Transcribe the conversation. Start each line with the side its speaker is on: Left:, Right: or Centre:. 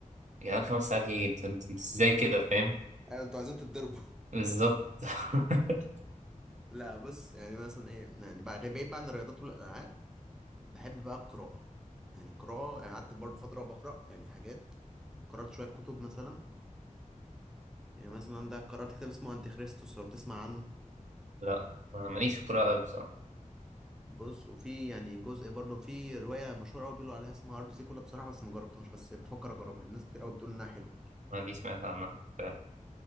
Right: يا جدعان خمس ساعات ايه انت انت- انت ازاي كده فاهم
Centre: ايوه انتوا عايزين تتضربوا
Right: بالظبط <laughs>
Centre: لا بص يعني مثلا ايه يعني بقى بعيد بقى عن الرياضات والالعاب بحب بقى القراءه يعني القراءه يعني قعدت برضه فتره بقرا يعني حاجات قرات شويه كتب مثلا يعني مثلا ده قرات كتاب اسمه انتي خريستوس لو تسمع عنه
Right: لا أنا ماليش في الكورة أوي بصراحة
Centre: بص وفي يعني جزء برضه في روايه مشهوره قوي بيقولوا عليها اسمها ارض زيكولا بصراحه بس ما جربتهاش بس بفكر اجربها الناس كتير قوي بتقول انها حلو
Right: أنا دي سمعت عنها فعلا